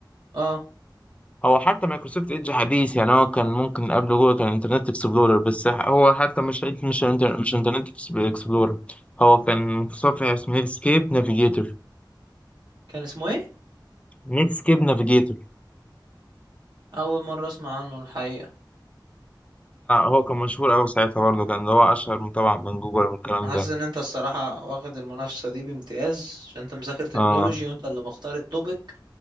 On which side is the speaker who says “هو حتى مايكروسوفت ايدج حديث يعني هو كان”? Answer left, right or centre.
Left